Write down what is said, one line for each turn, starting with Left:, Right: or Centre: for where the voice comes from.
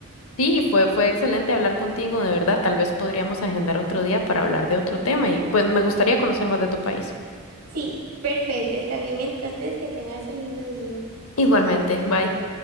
Left: Sí, fue, fue excelente hablar contigo, de verdad. Tal vez podríamos agendar otro día para hablar de otro tema y pues me gustaría conocer más de tu país.
Right: Sí, perfecto, está bien entonces, que tengas un lindo día.
Left: Igualmente, bye.